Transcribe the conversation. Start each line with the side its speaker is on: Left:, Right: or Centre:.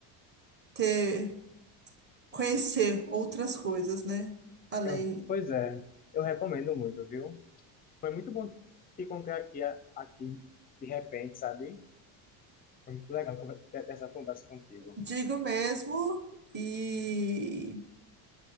Right: ter conhecer outras coisas, né? Além,
Left: Eu, pois é, eu recomendo muito, viu? Foi muito bom te encontrar aqui, a- aqui de repente, sabe? Foi muito legal conver- ter ter essa conversa contigo.
Right: digo mesmo, e,